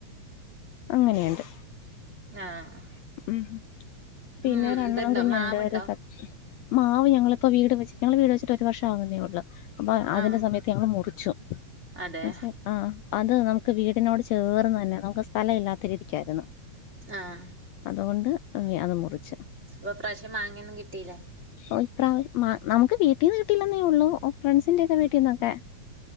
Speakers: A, on the left; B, on the right.
A: അങ്ങനെയുണ്ട്
B: ആഹ്
A: ഉം പിന്നെ
B: ഉം
A: ഒരു അണ്ണാൻ
B: ഇത്ണ്ടോ
A: കുഞ്ഞുണ്ട്
B: മാവ്ണ്ടോ?
A: ഒരു ത- മാവ് ഞങ്ങളിപ്പോ വീട് വെച്ച് ഞങ്ങള് വീട് വെച്ചിട്ട് ഒരു വർഷം ആകുന്നേ ഉള്ളൂ അപ്പൊ അതിന്റെ
B: ആഹ്
A: സമയ ഞങ്ങൾ മുറിച്ചു
B: അതെ
A: മൻസ്സിലാ ആഹ് അത് നമുക്ക് വീടിനോട് ചേർന്ന് തന്നെ നമുക്ക് സ്ഥലം ഇല്ലാത്ത ഒത്തിരിക്കായിരുന്നു
B: ആഹ്
A: അതുകൊണ്ട് അത് മുറിച്ച്
B: അപ്പൊ ഇപ്രാവശ്യം മാങ്ങേന്നും കിട്ടിയിലേ?
A: ഓയ് ഇപ്രാവ മ നമുക്ക് വീട്ടീന്ന് കിട്ടില്ലന്നേ ഉള്ളൂ ഫ്രണ്ട്സിന്റെറെ ഒക്കെ വീട്ടീന്നൊക്കെ